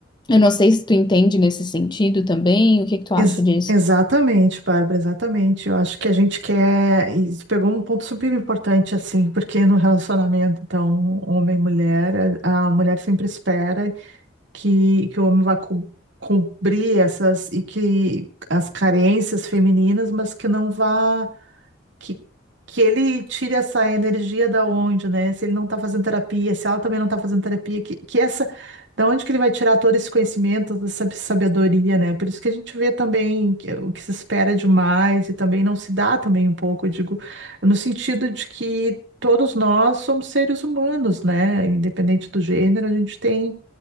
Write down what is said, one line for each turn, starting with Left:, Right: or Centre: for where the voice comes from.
Left: Eu não sei se tu entende nesse sentido também, o que que tu acha
Right: Ex-
Left: disso?
Right: exatamente, Bárbara, exatamente. Eu acho que a gente quer. Isso pegou um ponto super importante, assim, porque no relacionamento, então, homem e mulher, a, a mulher sempre espera que, que o homem vá co- cobrir essas e que as carências femininas, mas que não vá que, que ele tire essa energia da onde, né? Se ele não tá fazendo terapia, se ela também não tá fazendo terapia, que, que essa, da onde que ele vai tirar todo esse conhecimento, toda essa sabedoria, né? Por isso que a gente vê também que- o que se espera demais e também não se dá também um pouco, eu digo, no sentido de que todos nós somos seres humanos, né? Independente do gênero, a gente tem,